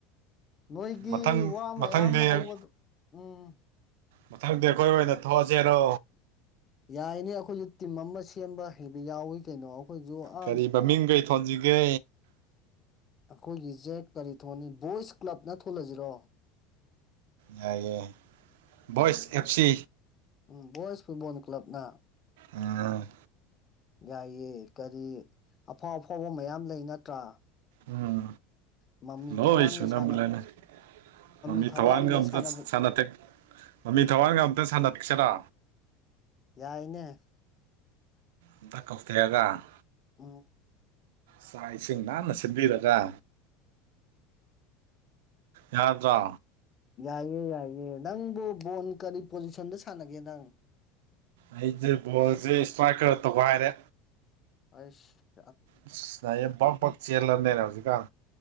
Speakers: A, on the left; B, on the right.
A: ꯅꯣꯏꯒꯤ
B: ꯃꯊꯪ
A: ꯋꯥ ꯃꯌꯥꯝ
B: ꯃꯊꯪꯗꯤ
A: ꯍꯧꯕꯗꯨ ꯎꯝ
B: ꯃꯊꯪꯗꯤ ꯑꯩꯈꯣꯏ ꯑꯣꯏꯅ ꯊꯣꯛꯑꯁꯤꯔꯣ
A: ꯌꯥꯏꯅꯦ ꯑꯩꯈꯣꯏꯁꯨ ꯇꯤꯝ ꯑꯃ ꯁꯦꯝꯕ ꯍꯩꯕ ꯌꯥꯎꯏ ꯀꯩꯅꯣ ꯎꯖ <inaudible>
B: ꯀꯔꯤ ꯃꯃꯤꯡ ꯀꯩ ꯊꯣꯟꯁꯤꯒꯦ
A: ꯑꯩꯈꯣꯏꯒꯤꯁꯦ ꯀꯔꯤ ꯊꯣꯟꯅꯤ ꯕꯣꯏꯁ ꯀ꯭ꯂꯕꯅ ꯊꯣꯜꯂꯁꯤꯔꯣ
B: ꯌꯥꯏꯑꯦ ꯚꯣꯏꯁ
A: ꯎꯝ
B: ꯑꯦꯞ ꯁꯤ
A: ꯎꯝ ꯕꯣꯏꯁ ꯐꯨꯠꯕꯣꯟ ꯀ꯭ꯂꯕꯅ
B: ꯎꯝ
A: ꯌꯥꯏꯌꯦ ꯀꯔꯤ ꯑꯐꯥꯎ ꯑꯐꯥꯎꯕ ꯃꯌꯥꯝ ꯂꯩ ꯅꯠꯇ꯭ꯔꯥ
B: ꯎꯝ
A: ꯃꯃꯤ
B: ꯂꯣꯏ
A: ꯊꯋꯥꯟꯒ
B: ꯁꯨꯨꯅꯕꯅꯤꯅꯦ
A: ꯁꯥꯟꯅ
B: ꯃꯃꯤ
A: ꯊꯋꯥꯟꯗ
B: ꯊꯋꯥꯟꯒ ꯑꯝꯇ
A: ꯁꯥꯟꯅꯕ
B: ꯁꯥꯟꯅ ꯃꯃꯤ ꯊꯋꯥꯟꯒ ꯑꯝꯇ ꯁꯥꯟꯅ ꯊꯣꯛꯁꯤꯔꯥ
A: ꯌꯥꯏꯅꯦ
B: ꯑꯝꯇ ꯀꯧꯊꯔꯒ <inaudible>
A: ꯎ
B: ꯆꯥꯛ ꯏꯁꯤꯡ ꯅꯥꯟꯅ ꯁꯤꯟꯕꯤꯔꯒ ꯌꯥꯗ꯭ꯔ
A: ꯌꯥꯏꯌꯦ ꯌꯥꯏꯌꯦ ꯅꯪꯕꯨ ꯕꯣꯟ ꯀꯔꯤ ꯄꯣꯖꯤꯁꯟꯗ ꯁꯥꯟꯅꯒꯦ ꯅꯪ
B: ꯑꯩꯁꯦ ꯕꯣꯜꯁꯦ ꯏꯁꯇ꯭ꯔꯥꯏꯛꯀꯔ ꯇꯧꯒꯥꯏꯔꯦ
A: ꯑꯁ
B: ꯑꯁ ꯂꯥꯏꯌ ꯄ꯭ꯔꯛ ꯄ꯭ꯔꯛ ꯆꯦꯜꯂꯕꯅꯤꯅ ꯍꯧꯖꯤꯀꯥꯜ